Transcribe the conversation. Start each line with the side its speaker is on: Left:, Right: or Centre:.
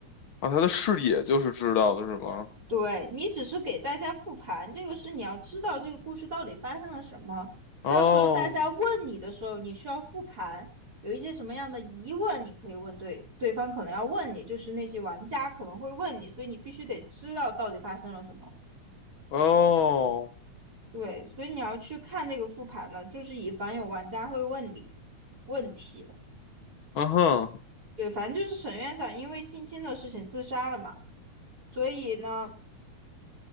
Left: 啊，他的视野就是知道的是吗？
Right: 对，你只是给大家复盘，这个是你要知道这个故事到底发生了什么。
Left: 哦
Right: 到时候大家问你的时候，你需要复盘，有一些什么样的疑问，你可以问对，对方可能要问你，就是那些玩家可能会问你，所以你必须得知道到底发生了什么。
Left: 哦，
Right: 对，所以你要去看这个复盘呢，就是以防有玩家会问你问题。
Left: 嗯哼，
Right: 对，反正就是沈院长因为性侵的事情自杀了嘛，所以呢，